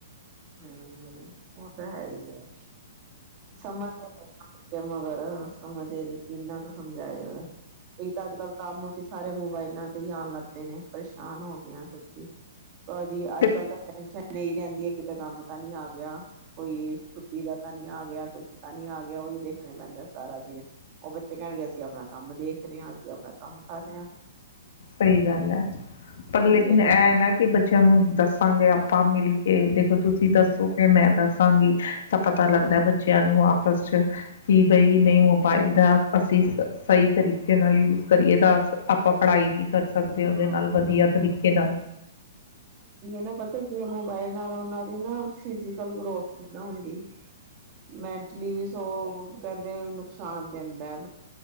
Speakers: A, on the right; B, on the left.
A: ਹਮ ਉਹ ਤਾਂ ਹੈ ਹੀ ਹੈ ਸਮਧ ਮਗਰ ਸਮਧ ਨ ਕਿੰਨਾ ਕੁ ਸਮਝਾਏਗਾ ਇੱਕ ਤਾਂ ਅੱਜ ਕੱਲ ਕੰਮੁੰ ਸਾਰੇ ਮੋਬਾਇਲਾਂ ਆਣ ਲੱ ਪੇ ਨੇ ਪਰੇਸ਼ਾਨ ਹੋ ਗਆਂ ਸੀ ਦੀ
B: ਨੇ
A: ਅੱਜ
B: ਤੇ
A: ਕੱਲ ਤਾਂ ਟੈਨਸ਼ਨ ਨਹੀਂ ਰਹਿੰਦੀ ਹੈ ਕਿਤੇ ਕੰਮ ਤਾਂ ਨਹੀਂੀ ਆ ਗਿਆ ਕੋਈ ਛੁੱਟੀ ਦਾ ਤਾਂ ਨੀ ਆ ਗਿਆ ਕੁਛ ਤਾਂ ਨੀ ਆ ਗਿਆ ਉਹੀ ਦੇਖਣੇ ਪੈਂਦਾ ਸਾਰਾ ਦਿਨ ਉਹ ਬੱਚੇ ਕਹਿਣਗੇ ਅਸੀਂ ਆਪਣਾ ਕੰਮ ਦੇਖ ਰਹੇ ਹਾਂ ਅਸੀਂ ਆਪਣਾ ਕੰਮ ਕਰ ਰਹੇ ਹਾਂ
B: ਸਹੀ ਗੱਲ ਹੈ ਪਰ
A: ਉਹੀ
B: ਲੇਕਿਨ
A: ਹੈ
B: ਇਹ ਨਾ ਕਿ ਬੱਚਿਆਂ ਨੂੰ ਦੱਸ ਦੱਸਾਂਗੇ ਆਪਾਂ ਮਿਲ ਕੇ ਦੇਖੋ ਤੁਸੀਂ ਦੱਸੋ ਕਿ ਮੈਂ ਦੱਸਾਂਗੀ ਤਾਂ ਪਤਾ ਲੱਗਦਾ ਬੱਚਿਆਂ ਨੂੰ ਆਪ ਸ ਚ ਕਿ ਬਈ ਨਹੀਂ ਮੋਬਾਇਲ ਦਾ ਅਸੀਂ ਸਹੀ ਤਰੀਕੇ ਨਾਲ ਯੂਜ ਕਰੀਏ ਤਾਂ ਅ ਆਪਾਂ ਪੜ੍ਹਾਈ ਵੀ <unintelligible>
A: ਹ
B: ਨਾਲ ਵਧੀਆ ਤਰੀਕੇ ਨਾਲ
A: ਨਾ ਪਤਾ ਕਿ ਮਬਾਇਲ ਉਹਨਾਂ ਦੀ ਨਾ ਫਿਜੀਕਲ ਗਰੋਥਦਾ ਹੁੰਦੀ ਮੈਂਟਲੀ ਵੀ ਸੋ ਕਹਿੰਦੇ ਨੁਕਸਾਨ ਦਿੰਦਾ ਅ